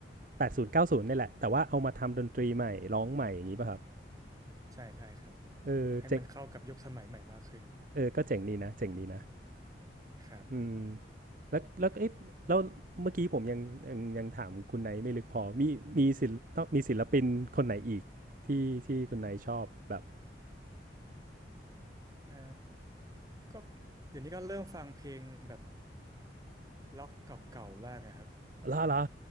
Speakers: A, on the right; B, on the right.
A: 80 90นี่แหละแต่ว่าเอามาทำดนตรีใหม่ร้องใหม่อย่างนี้ป่ะครับ
B: ใช่ใช่ครับ
A: เออเจ๋ง
B: ให้มันเข้ากับยุคสมัยใหม่มากขึ้น
A: เออก็เจ๋งดีนะเจ๋งดีนะ
B: ครับ
A: อืมแล้วแล้วเอ๊ะแล้วเมื่อกี้ผมยังยังยังถามคุณไนท์ไม่ลึกพอมีมีศิลป์ต้องมีศิลปินคนไหนอีกที่ที่คุณไนท์ชอบแบบ
B: เอ่อก็เดี๋ยวนี้ก็เริ่มฟังเพลงแบบล็อกเก่าๆบ้างนะครับ
A: ล่าล่ะ